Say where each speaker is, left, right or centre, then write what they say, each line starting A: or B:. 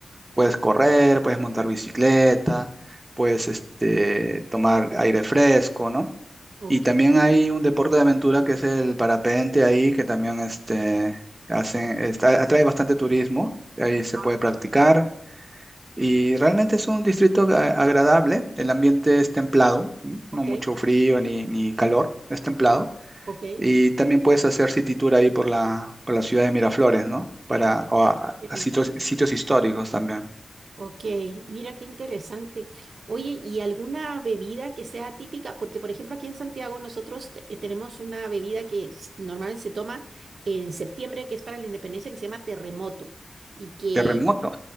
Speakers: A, on the right (about 20°); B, on the right (about 60°).
A: puedes correr, puedes montar bicicleta, puedes este, tomar aire fresco, ¿no?
B: ok.
A: Y también
B: Ok.
A: hay un deporte de aventura que es el parapente ahí, que también este, hacen, está- atrae bastante turismo, ahí
B: Ah,
A: se puede practicar. Y realmente es un distrito a- agradable, el ambiente es templado, ¿m?
B: ok.
A: no mucho frío ni, ni calor, es templado.
B: Ok.
A: Y también puedes hacer city tour ahí por la, por la ciudad de Miraflores, ¿no? Para,
B: Ah,
A: o a,
B: ok.
A: a sitios, sitios históricos también.
B: Ok, mira qué interesante. Oye, ¿y alguna bebida que sea típica? Porque, por ejemplo, aquí en Santiago nosotros te- eh, tenemos una bebida que s- normalmente se toma en septiembre, que es para la independencia, que se llama terremoto, y que
A: Terremoto.